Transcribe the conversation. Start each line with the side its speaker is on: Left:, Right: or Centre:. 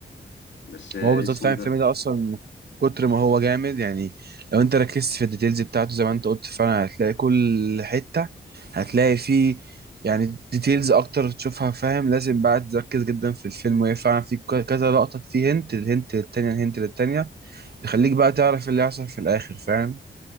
Left: بس اسمه
Right: هو بالظبط فاهم
Left: إيه
Right: الفيلم
Left: ده
Right: ده اصلا من كتر ما هو جامد يعني لو انت ركزت في الديتيلز بتاعته زي ما انت قلت فعلا هتلاقي كل حته هتلاقي فيه يعني ديتيلز اكتر تشوفها فاهم لازم بقى تركز جدا في الفيلم وهي فعلا في ك- كذا لقطه فيه هنت الهنت للتانيه الهنت للتانيه يخليك بقى تعرف اللي هيحصل في الاخر فاهم